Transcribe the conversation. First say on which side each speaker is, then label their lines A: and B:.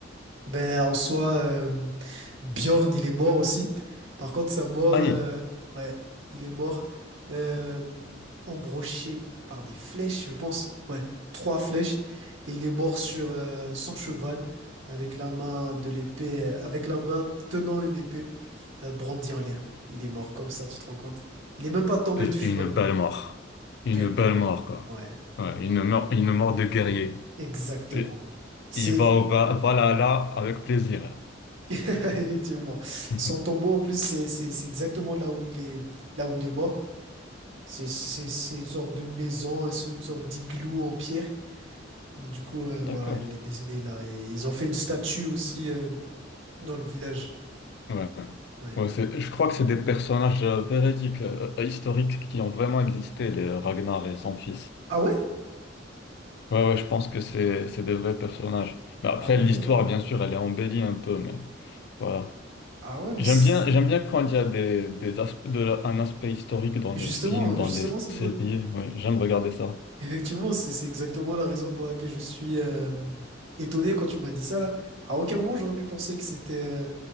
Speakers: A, on the right (about 85°); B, on the left (about 60°).
A: Ben, en soi, euh, Bjorn, il est mort aussi. Par contre, sa mort,
B: Aïe.
A: euh, ouais, il est mort. euh, embroché par des flèches, je pense. Ouais, trois flèches. Et il est mort sur euh, son cheval, avec la main de l'épée, euh, avec la main tenant une épée, euh, brandie en l'air. Il est mort comme ça, tu te rends compte? Il est même pas tombé
B: Euh,
A: du cheval.
B: Une belle mort. Une
A: Tellement.
B: belle mort, quoi.
A: Ouais,
B: Ouais, une mort, une mort de guerrier.
A: exactement.
B: Et
A: C'est
B: il va au Va- Valhalla avec plaisir.
A: <laughs> Effectivement.
B: <laughs>
A: Son tombeau, en plus, c'est c'est- c'est exactement là où il est, là où il est mort. C'est c'est- c'est une sorte de maison, un sou- une sorte d'igloo en pierre. Du coup, euh, voilà,
B: D'accord.
A: il est décédé là. Et ils ont fait une statue aussi euh, dans le village.
B: Ouais.
A: Ouais.
B: Ouais, c'est- je crois que c'est des personnages euh, véridiques, euh, euh, historiques, qui ont vraiment existé, les Ragnar et son fils.
A: Ah ouais?
B: Ouais, ouais, je pense que c'est c'est des vrais personnages. Mais après,
A: Ah ouais.
B: l'histoire, bien sûr, elle est embellie un peu, mais voilà.
A: Ah ouais, mais
B: J'aime
A: c'est-
B: bien, j'aime bien quand il y a des, des aspe- de la- un aspect historique dans
A: justement,
B: les films, dans
A: justement,
B: les
A: c'est
B: séries.
A: pour ça.
B: Ouais, j'aime regarder ça.
A: Effectivement, c'est c'est exactement la raison pour laquelle je suis euh, étonné quand tu m'as dit ça là. À aucun moment, j'aurais pu penser que c'était